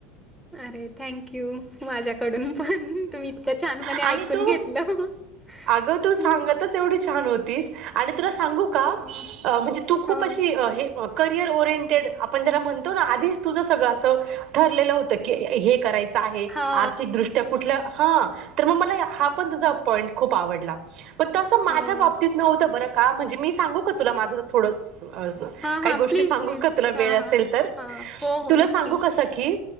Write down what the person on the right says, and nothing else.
आणि
तू
अगं तू सांगतच एवढी छान होतीस, आणि तुला सांगू का
अ म्हणजे तु खूप
अशी अ हे कय क्लिअर ओरिंटेड, आपण जरा म्हणतो ना आधीच तुझ सगळं अस ठरलेलं होत की हे कराय च आहे
आर्थिकदृष्ट्या कुठल्या हा तर मग मला हा पण तुझा पॉईंट खूप आवडला. पण तसं माझ्या
बाबतीत नव्हतं बरं का म्हणजे मी सांगू का तुला माझं थोडं अज
काही
गोष्टी
सांगू
का तुला
वेळ असेल
तर?
तुला
सांगू का सखी?